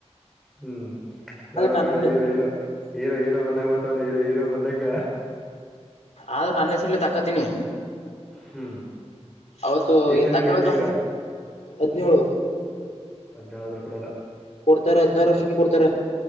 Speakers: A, in the centre; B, on the left.
A: ಹ್ಮ್ ನೋಡೋ
B: ನನ್ನ
A: ನೋಡು ಹೀರೋ ಹೀರೋ ಹೀರೋ ಹೀರೋ ಬಂದಾಗ ಬರ್ತಾನೆ ಹೀರೋ ಹೀರೋ ಬಂದಂಗ
B: ಆದ್ರ ನನ್ನ ಹೆಸರ್ಲ್ಲಿ ತಕೋತೀನಿ
A: ಹ್ಮ್
B: ಅವತ್ತು
A: ಎಷ್ಟ ನಿಂಗ
B: ತಕ್ಕಳಕ
A: ಏಜ್ ಈಗ
B: ಹದ್ನೇಳು
A: ಹದಿನೇಳು ಅಂದ್ರ ಕೊಡಲ್ಲ.
B: ಕೊಡ್ತಾರ ಹದ್ನಾರು ವರ್ಷಕ್ಕೆ ಕೊಡ್ತಾರ